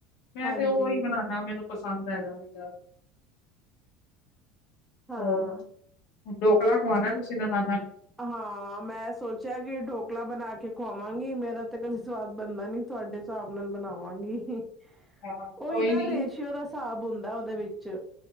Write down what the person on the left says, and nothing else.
ਮੈਂ
ਤੇ ਉਹੀ ਬਣਾਉਾ ਮੈਨੂੰ ਪਸੰਦ ਆ ਜਾਵੇ ਜ਼ਿਆਦਾ
ਹੋਰ ਢੋਕਲਾ ਖਵਾਉਣਾ ਤੁਸੀਂ ਨਨਾਨਾ ਨੂੰ
ਹਾਂ
ਕੋਈ
ਨੀ